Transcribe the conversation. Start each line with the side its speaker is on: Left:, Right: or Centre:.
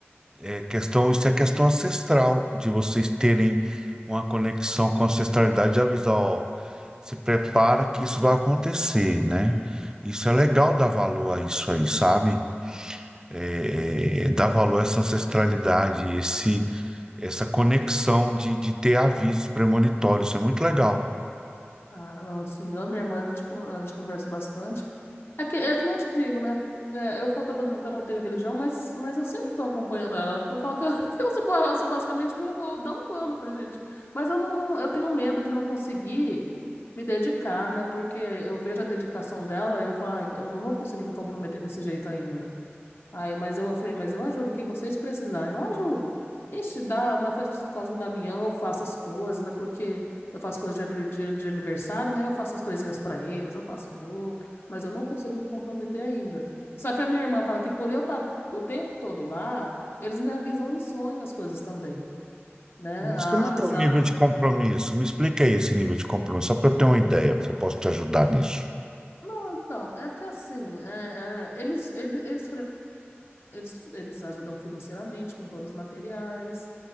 Right: É questão, isso é questão ancestral, de vocês terem uma conexão com a ancestralidade de avisar, ó, se prepara que isso vai acontecer, né? Isso é legal dar valor a isso aí, sabe? É, é, dar valor a essa ancestralidade, esse, essa conexão de, de ter avisos premonitórios, isso é muito legal.
Left: Ah, não, assim, eu e minha irmã, a gente, con- a gente conversa bastante. É que, é que nem eu te digo, né? É, eu falo pra todo mundo que eu não tenho religião, mas, mas eu sempre tô acompanhando ela. Eu falo que eu, <laughs> que eu sou, ba- eu sou basicamente um, um da falei, gente. Mas eu não, não- eu tenho medo de não conseguir me dedicar, né? Porque eu vejo a dedicação dela e eu falo, "Ai, eu não vou conseguir me comprometer desse jeito ainda. Aí, mas eu, eu falei, mas eu ajudo, o que vocês precisarem, eu ajudo. Ixi, dá, na festa do Cosmo e Damião eu faço as coisas, né? Porque eu faço coisas de, ani- de, de aniversário, né? Eu faço as coisinhas pra eles, eu faço bolo, mas eu não consigo me comprometer ainda. Só que a minha irmã fala que por eu estar o tempo todo lá, eles me avisam em sonho as coisas também, né?
Right: Mas
Left: A-
Right: como
Left: avisaram.
Right: é que é o nível de compromisso? Me explica aí esse nível de compromisso, só para eu ter uma ideia, se eu posso te ajudar nisso.
Left: Não, então, é que assim, é, é, eles, eles, eles, fre- eles, eles ajudam financeiramente com todos os materiais.